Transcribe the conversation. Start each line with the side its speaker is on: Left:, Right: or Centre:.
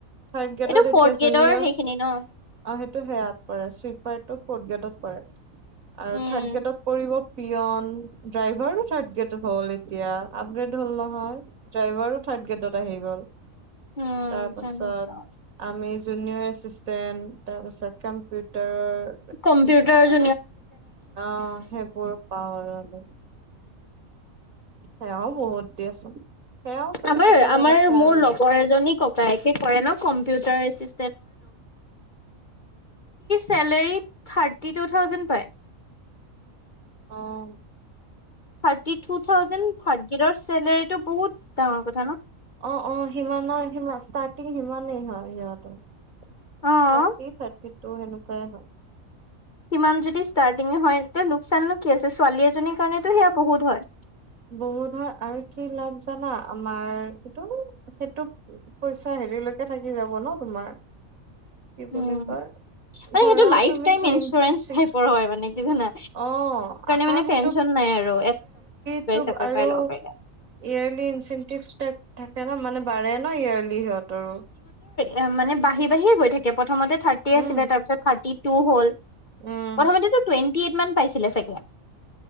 Right: থাৰ্ড গ্ৰেডত
Left: এইটো ফৰ্থ
Right: এতিয়া জুনিয়ৰ
Left: গেডৰ সেইখিনি ন <inaudible>
Right: অ সেইটো সেয়াত পৰে চুইপাৰ টো ফৰ্টগেটত পৰে আৰু
Left: উম,
Right: থাডগেডত কৰিব পিয়ন ড্ৰাইভাৰ থাৰ্ড গ্ৰেড হল এতিয়া আপগ্ৰেড হল নহয় ড্ৰাইভাৰো থাৰড গ্ৰেডত আহি গ'ল
Left: উম,
Right: তাৰ পাছত
Left: জানিছো।
Right: আমি জুনিয়ৰ এচিষ্টেণ্ট তাৰপাছত কম্পিউটাৰৰ
Left: কম্পিউটাৰু
Right: অঁ সেইবোৰ পাওঁ আৰু আৰু হেয়াও বহুত দিয়াচোন সেয়াও যদি
Left: আমাৰ
Right: কপালত
Left: আমাৰ
Right: আছে
Left: মোৰ
Right: আৰু
Left: লগৰ এজনী ককায়েকে কৰে ন কম্পিউটাৰ সি চেলেৰি ঠাটি দু ঠাউজেন পায়
Right: অঁ'
Left: থাৰ্টি টু থাউজেণ্ড থাৰ্দ গ্ৰেদৰ চেলাৰীটো বহুত ডাঙৰ কথা ন।
Right: অঁ অঁ সিমানৰ সি মাষ্টাৰ্টিং সিমানেই হয় সিহঁতৰ থাৰটি
Left: অ',
Right: থাৰটি, সেইতো সেনেকুৱাই হ'ব
Left: সিমান যদি ষ্টাৰ্টটিং এ হৈ তেতিয়া লোকচাননো কি আছে ছোৱালী এজনীৰ কাৰণেইতো সেয়াই বহুত হয়।
Right: বহু হয় আৰু কি লাভ জানা আমাৰ কিটো সেইটো পইচা হেৰিলৈকে থাকি যাব ন তোমাৰ কি বুলি
Left: উম,
Right: কয়
Left: মানে
Right: ধৰা
Left: সেই তো লাইফ
Right: তুমি
Left: টাইমৰ
Right: টুৱেন্টি
Left: লৈকে ইঞ্চুৰেঞ্চ
Right: ছিক্স
Left: টাইপৰ হয় মানে কি জানা,
Right: অ কাৰণ
Left: মানে
Right: সেইটো
Left: টেনচন হয় আৰু
Right: <unintelligible>
Left: চাকৰি
Right: আৰু,
Left: পাই ল'ব পাৰিলে।
Right: ইয়াৰলি ইনচেটিভ থাকে ন মানে় ন ইয়াৰলি সিহঁতৰো।
Left: এ মান বাঢ়ি বাঢ়িয়ে গৈ থাকে প্ৰথমতে থাৰ্টি
Right: উম
Left: আছিল তাৰপিছত থাৰ্টি। টু হ'ল
Right: উম
Left: প্ৰথমতে তো টুইণ্টি এটামান পাইছিলে চাগে